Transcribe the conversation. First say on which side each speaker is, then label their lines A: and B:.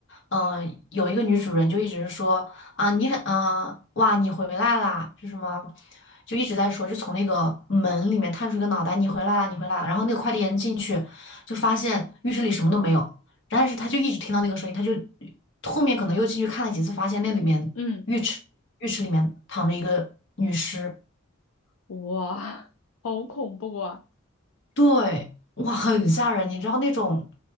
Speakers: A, on the left; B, on the left.
A: 嗯，有一个女主人就一直说啊，你很，嗯，哇，你回来啦，是什么？就一直在说，就从那个门里面探出一个脑袋，你回来啦，你回来啦。然后那个快递员进去，就发现浴室里什么都没有，但是他就一直听到那个声音，他就后面可能又进去看了几次，发现那里面
B: 嗯，
A: 浴室里面躺着一个女尸。
B: 哇，好恐怖啊，
A: 对，哇，很吓人，你知道那种，